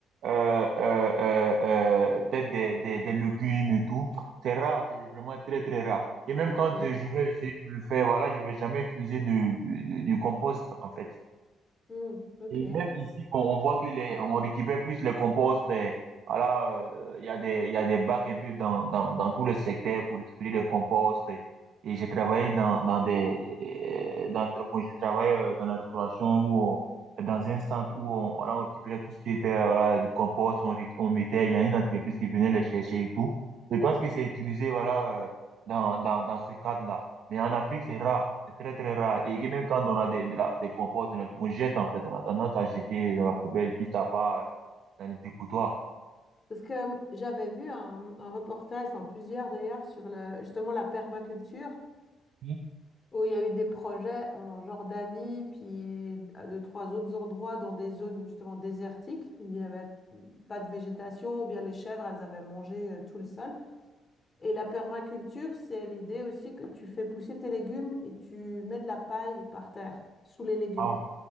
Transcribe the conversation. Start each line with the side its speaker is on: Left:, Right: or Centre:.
Right: euh, euh, euh, euh, peut-être des, des, des légumes et tout. C'est rare, c'est vraiment très, très rare. Et même
Left: Ok.
Right: quand euh, je vais essayer de le faire, voilà, je vais jamais utiliser de, de, de- du compost, en fait.
Left: Mm, ok.
Right: Et même ici, on on voit que les, on récupère plus les composts. euh, Voilà, euh, il y a des, il y a des bacs un peu dans, dans, dans tout le secteur pour récupérer des composts. Et et j'ai travaillé dans, dans des, euh, dans, bon, j'ai travaillé euh, dans la restauration où on- dans un centre où on, voilà, on récupérait tout ce qui était, euh, voilà, du compost, on, ré- on mettait, il y a une entreprise qui venait les chercher et tout. Je pense que c'est utilisé, voilà, euh, dans, dans, dans ce cadre-là. Mais en
Left: Ok.
Right: Afrique, c'est rare. C'est très, très rare. Et même quand on a des, de la- des composts, on on jette en fait. On a tendance à jeter dans la poubelle et puis ça va euh, dans les dépotoirs.
Left: Parce que euh, j'avais vu un, un reportage, enfin plusieurs d'ailleurs, sur le, justement la permaculture,
Right: Hmm.
Left: où il y a eu des projets en Jordanie, puis à deux, trois autres endroits dans des zones justement désertiques, où il n'y avait pas de végétation, ou bien les chèvres, elles avaient mangé euh, tout le sol. Et la permaculture, c'est l'idée aussi que tu fais pousser tes légumes et tu mets de la paille par terre, sous les légumes.
Right: Ah,